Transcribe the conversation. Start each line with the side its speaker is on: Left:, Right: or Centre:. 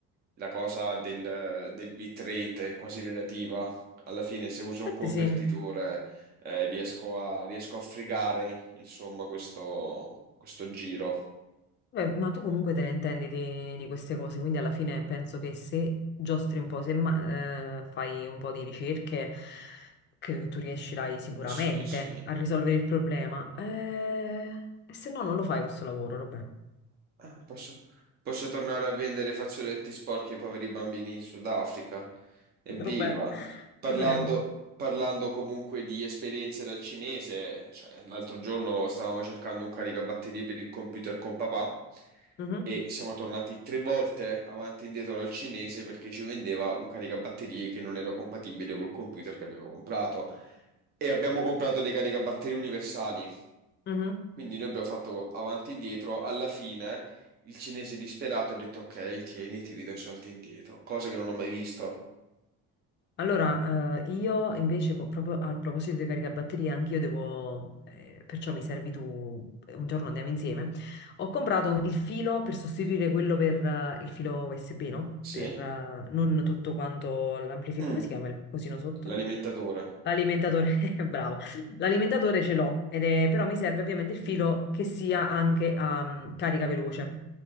Right: la cosa del, del bitrate è quasi relativa. Alla fine se uso
Left: Infatti
Right: un convertitore
Left: sì.
Right: eh, riesco a, riesco a fregare, insomma, questo, questo giro.
Left: Beh, ma tu comunque te ne intendi di, di queste cose, quindi alla fine penso che se giostri un po', se ma- eh, fai un po' di ricerche, credo che tu riuscirai sicuramente
Right: Ah, sì, sì.
Left: a risolvere il problema. Eh, e se no non lo fai questo lavoro, Robè.
Right: Ah, posso, posso tornare a vendere fazzoletti sporchi ai poveri bambini in Sudafrica? Evviva!
Left: Robè,
Right: Parlando,
Left: ti prego.
Right: parlando comunque di esperienze dal cinese, cioè, l'altro giorno stavamo cercando un caricabatterie per il computer con papà
Left: Mhm,
Right: e siamo tornati tre volte avanti e indietro dal cinese perché ci vendeva un caricabatterie che non era compatibile col computer che avevo comprato. E abbiamo comprato dei caricabatterie universali.
Left: mhm.
Right: Quindi noi abbiamo fatto avanti e indietro. Alla fine il cinese disperato ha detto: Ok, tieni, ti ridò i soldi indietro. Cosa che non ho mai visto.
Left: Allora, eh, io invece, co- proprio a proposito dei caricabatterie, anch'io devo, eh, perciò mi servi tu, eh, un giorno andiamo insieme. Ho comprato il filo per sostituire quello per eh, il filo USB, no?
Right: Sì?
Left: Per eh, non tutto quanto l'amplificatore,
Right: Mm,
Left: come si chiama il cosino sotto?
Right: l'alimentatore.
Left: L'alimentatore, <laughs> bravo. L'alimentatore ce l'ho, ed è- però mi serve ovviamente il filo che sia anche a mm, carica veloce,